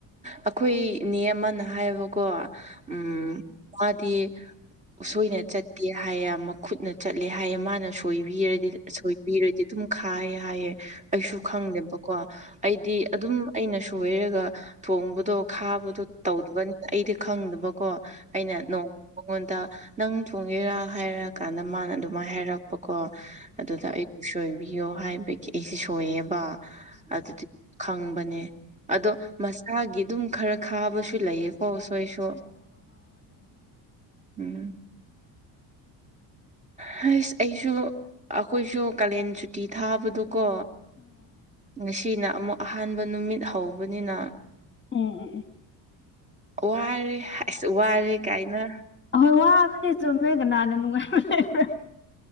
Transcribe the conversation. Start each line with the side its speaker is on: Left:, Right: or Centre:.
Right: ꯑꯩꯈꯣꯏ ꯅꯦ ꯑꯃꯅ ꯍꯥꯏꯕꯀꯣ ꯎꯝ ꯃꯥꯗꯤ ꯎꯁꯣꯏꯅ ꯆꯠꯇꯦ ꯍꯥꯏꯌꯦ ꯃꯈꯨꯠꯅ ꯆꯠꯂꯦ ꯍꯥꯏꯌꯦ ꯃꯥꯅ ꯁꯣꯏꯕꯤꯔꯗꯤ ꯁꯣꯏꯕꯤꯔꯗꯤ ꯑꯗꯨꯝ ꯈꯥꯏ ꯍꯥꯏꯌꯦ꯫ ꯑꯩꯁꯨ ꯈꯪꯗꯦꯕꯀꯣ ꯑꯩꯗꯤ ꯑꯗꯨꯝ ꯑꯩꯅ ꯁꯣꯏꯔꯒ ꯊꯣꯡꯕꯗꯣ ꯈꯥꯕꯗꯣ ꯇꯧꯗꯕꯅꯤꯅ ꯑꯩꯗꯤ ꯈꯪꯗꯕꯀꯣ ꯑꯩꯅ ꯅꯣꯡ ꯃꯉꯣꯟꯗ ꯅꯪ ꯊꯣꯡꯒꯦꯔꯥ ꯍꯥꯏꯔ ꯀꯥꯟꯗ ꯃꯥꯅ ꯑꯗꯨꯃꯥꯏꯅ ꯍꯥꯏꯔꯛ ꯄꯀꯣ ꯑꯗꯨꯗ ꯑꯩꯁꯨ ꯁꯣꯏꯕꯤꯌꯣ ꯍꯥꯏꯕꯒꯤ ꯑꯩꯁꯦ ꯁꯣꯏꯌꯦꯕ ꯑꯗꯨꯗꯤ ꯈꯪꯕꯅꯦ ꯑꯗꯣ ꯃꯁꯥꯒꯤ ꯑꯗꯨꯝ ꯈꯔ ꯈꯥꯕꯁꯨ ꯂꯩꯌꯦ꯫ ꯑꯣ ꯎꯁꯣꯏꯁꯨ ꯎꯝ꯫ ꯍꯩꯁ ꯑꯩꯁꯨ ꯑꯩꯈꯣꯏꯁꯨ ꯀꯥꯂꯦꯟ ꯁꯨꯇꯤ ꯊꯥꯕꯗꯨ ꯀꯣ ꯉꯁꯤꯅ ꯑꯃꯨꯛ ꯑꯍꯥꯟꯕ ꯅꯨꯃꯤꯠ ꯍꯧꯕꯅꯤꯅ
Left: ꯎꯝ ꯎꯝ ꯎꯝ꯫
Right: ꯋꯥꯔꯦ ꯑꯁ ꯋꯥꯔꯦ ꯀꯥꯏꯅ꯫
Left: ꯑꯍꯣꯏ ꯋꯥꯕꯅꯦ ꯆꯨꯝꯃꯦ ꯀꯅꯥꯅ ꯅꯨꯡꯉꯥꯏꯔꯦ꯫